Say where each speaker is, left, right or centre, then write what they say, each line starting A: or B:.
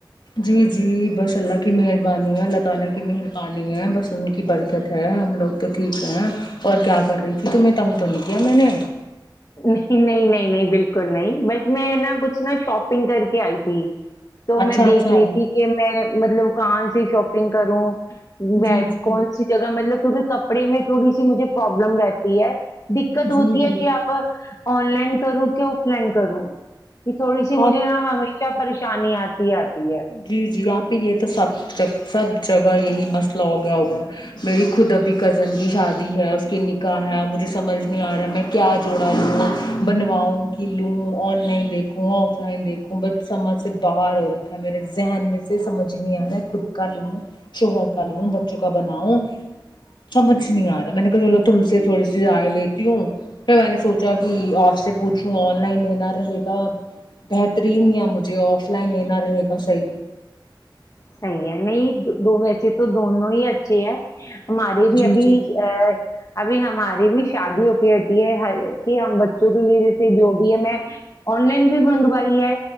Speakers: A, on the left; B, on the left.
A: جی جی بس اللہ کی مہربانی ہے اللہ تعالی کی مہربانی ہے بس ان کی برکت ہے ہم لوگ تو ٹھیک ہیں اور کیا کر رہی تھی تمہیں تنگ تو نہیں کیا میں نے
B: نہیں نہیں نہیں نہیں بالکل نہیں بس میں نا کچھ نا شاپنگ کر کے آئی تھی تو میں
A: اچھا
B: دیکھ
A: اچھا
B: رہی تھی کہ میں مطلب کہاں سے شاپنگ کروں میں
A: جی جی
B: کونسی جگہ مطلب کیوکی کپڑے میں تھوڑی سی مجھے پرابلم رہتی ہے دقت ہوتی
A: جی جی
B: ہے کہ آپ آن لائن کرو کہ آف لائن کروں یہ تھوڑی سی مجھے
A: آپ
B: ن کیا پریشانی اتی آتی ہے
A: جی جی آپی یہ تو سب جگ سب جگہ یہی مسئلہ فلا گیا ہوا ہے میری خود ابھی کزن کی شادی ہے اس کے نکاح ہے مجھے سمجھ نہیں آ رہا ہے میں کیا جوڑا لوں بنواؤں کہ لوں آن لائن دیکھوں آف لائن دیکھوں بس سمجھ سے باہر ہو رہا میرے ذہن میں سے سمجھ ہی نہیں آ رہا ہے خود کا لوں شوہر کا لوں بچوں کا بناؤ سمجھ نہیں آ رہا میں نے کہا چلو تم سے تھوڑی سی رائ لیتی ہوں پھر میں نے سوچا کہ آپ سے پوچھوں آن لائن لینا رہے گا بہترین یا مجھے آف لائن لینا رہے گا صی
B: صحی ہے نہیں دو ویسے تو دونوں ہی اچھے ہیں ہمارے
A: جی
B: بھی ابھی
A: جی
B: ا ابھی ہم ہماری بھی شادی ہو کے ہٹی ہے ہر کہ ہم بچوں کے لیے جیسے جو بھی ہے میں آن لائن بھی منگوائی ہے